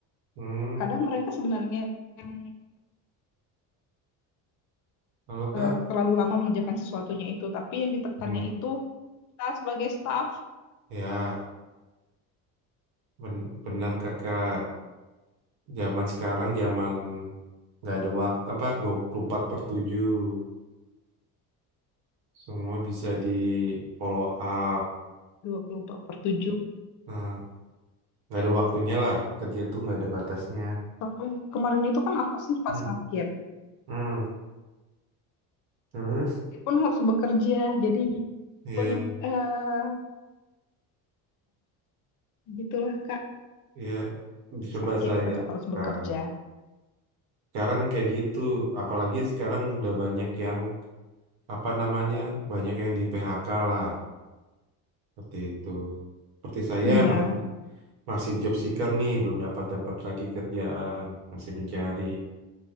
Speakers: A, on the right (about 75°); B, on the left (about 50°).
A: hmm.
B: kadang mereka sebenarnya yang
A: Halo, Kak.
B: eh, terlalu lama mengerjakan sesuatunya itu, tapi yang ditekannya
A: Hmm,
B: itu kita sebagai staff
A: Ya, ben- benar Kakak. Zaman sekarang zaman nggak ada waktu apa 24 per 7, Semua bisa di follow up.
B: dua puluh empat per 7.
A: Nah, nggak ada waktunya lah. Kerja tuh nggak ada batasnya.
B: Sampai kemarin itu kan aku sempat
A: Hmm,
B: sakit.
A: hmm. Terus
B: pun harus bekerja jadi gitu
A: ya
B: pun eh gitulah Kak
A: ya coba
B: sakit
A: saya.
B: tetap harus bekerja
A: Nah, sekarang kayak gitu, apalagi sekarang udah banyak yang apa namanya, banyak yang di PHK lah seperti itu. Seperti saya
B: iya
A: masih masih job seeker nih, belum dapat dapat lagi kerjaan, masih mencari